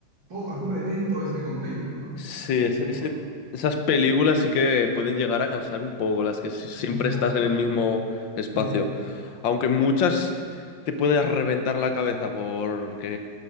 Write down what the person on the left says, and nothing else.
Sí, es-
ese- esas películas sí que pueden llegar a cansar un poco, las que si- siempre
estás
en el mismo espacio.
Aunque muchas te puedes reventar la cabeza por,